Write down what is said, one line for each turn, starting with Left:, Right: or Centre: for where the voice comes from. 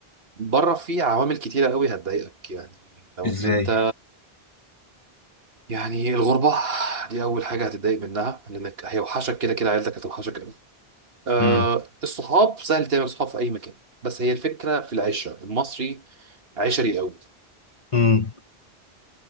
Right: بره في عوامل كتيرة قوي هتضايقك يعني لو
Left: ازاي
Right: ان انت يعني الغربة دي اول حاجة هتتضايق منها لانك هيوحشك كده كده عيلتك هتوحشك قوي أه
Left: امم
Right: الصحاب سهل تعمل صحاب في اي مكان بس هي الفكرة في العشرة المصري عشري قوي
Left: امم